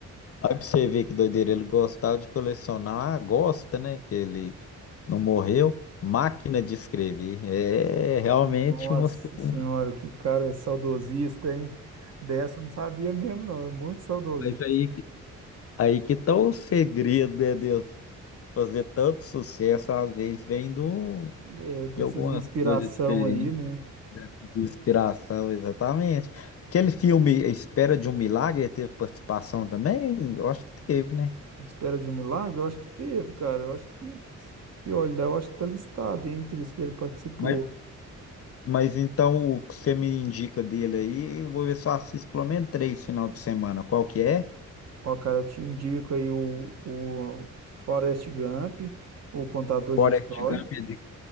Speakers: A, on the left; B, on the right.
A: Aí pra você ver que doideira, ele gostava de colecionar, gosta, né? Que ele não morreu, máquina de escrever. É realmente
B: Nossa
A: umas, cu- umas
B: senhora, que cara saudosista, hein? Dessa eu não sabia mesmo, não. É muito saudosista.
A: coisas aí Aí que tá o segredo, né, Deus? Fazer tanto sucesso, às vezes, vem do,
B: É, dessas
A: de alguma
B: inspiração
A: coisa diferente,
B: aí, né?
A: né? De inspiração, exatamente. Aquele filme A Espera de um Milagre teve participação também? Eu acho que teve, né?
B: Espera de um milagre? Eu acho que teve, cara. Eu acho que, se olhar, eu acho que tá listado entre os que ele participou.
A: Mas, mas então, o que você me indica dele aí, eu vou ver se eu assisto pelo menos três final de semana. Qual que é?
B: Ó, cara, eu te indico aí o, o Forrest Gump, o Contador
A: Forrest
B: de Histórias.
A: Gump é de,